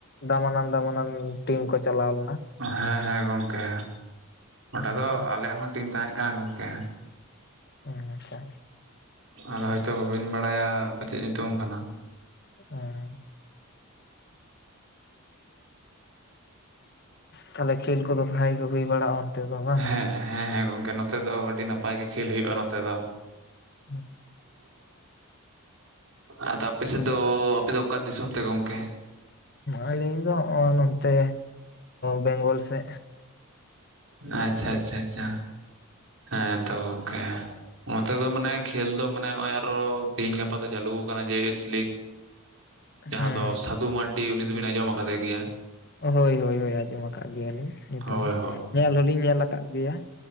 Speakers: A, on the left; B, on the right.
A: ᱫᱟᱢᱟᱱᱟᱱ ᱫᱟᱢᱟᱱᱟᱱ ᱴᱤᱢ ᱠᱚ ᱪᱟᱞᱟᱣ ᱞᱮᱱᱟ ᱾
B: ᱦᱮᱸ ᱦᱮᱸ ᱜᱚᱝᱠᱮ, ᱚᱸᱰᱮ
A: ᱦᱩᱸ
B: ᱫᱚ ᱟᱞᱮᱭᱟᱜ ᱦᱚᱸ ᱴᱤᱢ ᱛᱟᱦᱮ ᱠᱟᱱᱟ ᱜᱚᱝᱠᱮ ᱾
A: ᱦᱩ ᱟᱪᱪᱷᱟ
B: ᱟᱨ ᱦᱳᱭᱛᱳ ᱵᱟᱵᱤᱱ ᱵᱟᱲᱟᱭᱟ <unintelligible> ᱪᱮᱫ ᱧᱩᱛᱩᱢ ᱠᱟᱱᱟ
A: <unintelligible> ᱛᱟᱦᱚᱞᱮ ᱠᱷᱮᱞ ᱠᱚᱫᱚ ᱵᱷᱟᱜ ᱜᱮ ᱦᱩᱭ ᱵᱟᱲᱟᱜᱼᱟ ᱚᱱᱛᱮ ᱫᱚ ᱵᱟᱝ?
B: ᱮᱜ ᱦᱮ ᱦᱮ ᱜᱚᱢᱠᱮ ᱱᱚᱛᱮ ᱫᱚ ᱟᱹᱰᱤ ᱱᱟᱯᱟᱭ ᱜᱮ ᱠᱷᱮᱞ ᱦᱩᱭᱩᱜᱼᱟ ᱱᱚᱛᱮ ᱫᱚ᱾
A: ᱦᱩ
B: ᱟᱫᱚ ᱟᱯᱮ ᱥᱮᱫ ᱫᱚ ᱟᱯᱮ ᱫᱚ ᱚᱠᱟ ᱫᱤᱥᱚᱢ ᱛᱮ ᱜᱚᱢᱠᱮ?
A: ᱟᱞᱤᱧ ᱫᱚ ᱱᱚᱜᱚᱭ ᱱᱚᱛᱮ ᱵᱮᱝᱜᱚᱞ ᱥᱮ᱾
B: ᱟᱪᱪᱷᱟ ᱟᱪᱪᱷᱟ ᱟᱪᱪᱷᱟ ᱦᱮ ᱛᱚ ᱜᱚᱢᱠᱮ᱾ ᱱᱚᱛᱮ ᱫᱚ ᱢᱟᱱᱮ ᱠᱷᱮᱞ ᱫᱚ ᱢᱟᱱᱮ ᱱᱚᱜᱼᱚᱭ ᱟᱨᱚ ᱛᱮᱦᱤᱧ ᱜᱟᱯᱟ ᱫᱚ ᱪᱟᱹᱞᱩ ᱠᱟᱱᱟ ᱡᱮ ᱮᱥ ᱞᱤᱠ᱾ ᱡᱟᱸᱦᱟ
A: ᱦᱩᱸ
B: ᱫᱚ ᱥᱟᱫᱷᱩ ᱢᱟᱨᱰᱤ ᱩᱱᱤ ᱫᱚᱵᱤᱱ ᱟᱡᱚᱢ ᱟᱠᱟᱫᱮ ᱜᱮᱭᱟ᱾
A: ᱦᱳᱭ ᱦᱳᱭ ᱦᱳᱭ ᱟᱡᱚᱢᱟ ᱟᱠᱟᱫ ᱜᱮᱭᱟᱞᱤᱧ ᱧᱩᱛᱩᱢ,
B: ᱦᱳᱭ
A: ᱧᱮᱞ ᱦᱚᱞᱤᱧ ᱧᱮᱞ ᱟᱠᱟᱫ ᱜᱮᱭᱟ᱾